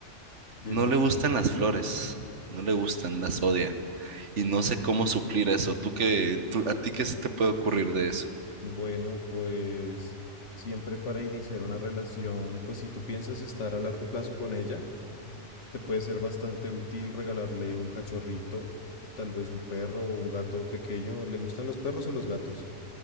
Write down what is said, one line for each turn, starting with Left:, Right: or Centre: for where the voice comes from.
Left: Dime.
Right: No le gustan las flores, no le gustan, las odia. Y no sé cómo suplir eso. ¿Tú qué, tú- a ti qué se te puede ocurrir de eso?
Left: Bueno, pues siempre para iniciar una relación, pues si tú piensas estar a largo plazo con ella, te puede ser bastante útil regalarle un cachorrito, tal vez un perro o un gato pequeño. ¿Le gustan los perros o los gatos?